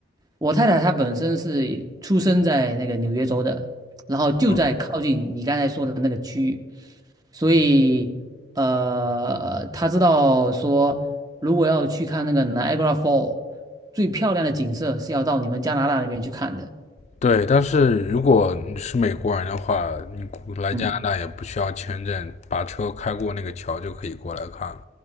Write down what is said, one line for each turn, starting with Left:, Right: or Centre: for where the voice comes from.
Right: 我太太她本身是出生在那个纽约州的，然后就在靠近你刚才说的那个区域，
Left: 嗯，
Right: 所以呃，她知道说，如果要去看那个 Niagara Fall 最漂亮的景色，是要到你们加拿大那边去看的。
Left: 对，但是如果你是美国人的话，你过来加拿大也不需要签证，
Right: 嗯。
Left: 把车开过那个桥就可以过来看了。